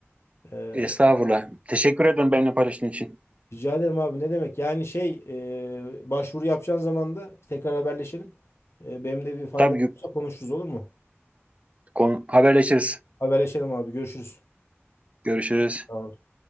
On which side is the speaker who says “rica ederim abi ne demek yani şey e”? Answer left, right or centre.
Left